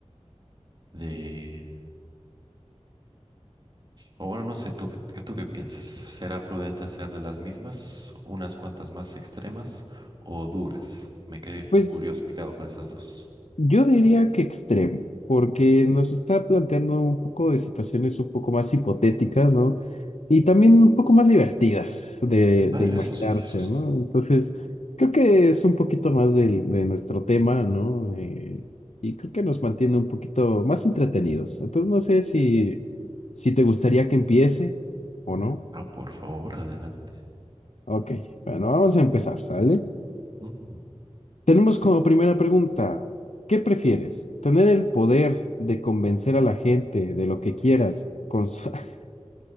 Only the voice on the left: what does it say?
Pues
yo diría que extremo, porque nos está planteando un poco de situaciones un poco más hipotéticas, ¿no? Y también un poco más divertidas de,
de imaginarse,
¿no? Entonces, creo que es un poquito más del- de, nuestro tema, ¿no? Eh, y creo que nos mantiene un poquito más entretenidos. Entonces, no sé si, si te gustaría que empiece o no.
Ok, bueno, vamos a empezar, ¿sale?
Tenemos como primera pregunta, ¿qué prefieres? ¿Tener el poder de convencer a la gente de lo que quieras con so- <laughs>